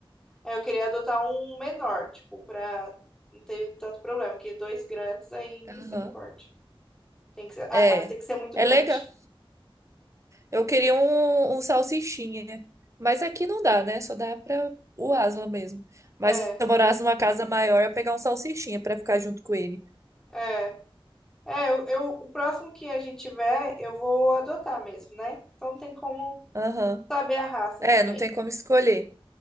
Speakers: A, in the centre; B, on the right.
A: aí eu queria adotar um menor, tipo, para não ter tanto problema, porque dois grandes aí, misericórdia.
B: Aham.
A: Tem que ser- a
B: É.
A: casa tem que ser muito
B: É
A: grande.
B: legal. Eu queria um, um salsichinha, mas aqui não dá, né? Só dá pra o Aslan mesmo. Mas
A: É,
B: se eu morasse numa casa maior, eu ia pegar um salsichinha pra ficar junto com ele.
A: é. É, eu, eu- o próximo que a gente tiver, eu vou adotar mesmo, né? Então não tem como
B: Aham.
A: saber a raça
B: É,
A: que vem.
B: não tem como escolher.